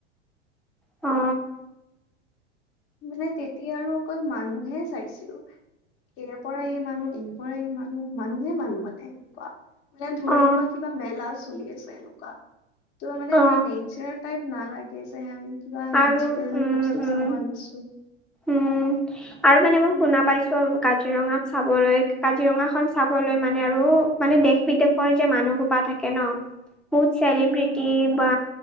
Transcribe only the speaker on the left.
মানে তেতিয়া আৰু অকল মানুহে চাইছিলোঁ। ইয়াৰপৰাই এই মানুহ, ইয়াৰপৰাই মানুহ, মানুহে মানুহ মানে বাহ। মান ধৰি
লোৱা কিবা মেলা চলি আছে এনেকুৱা। ত' মানে
এটা নেচাৰ টাইপ নালাগে যে আমি কিবা নেচাৰেল
বস্তু
চাব আহিছোঁ।
উম,
<inaudible>
হুম, হুম,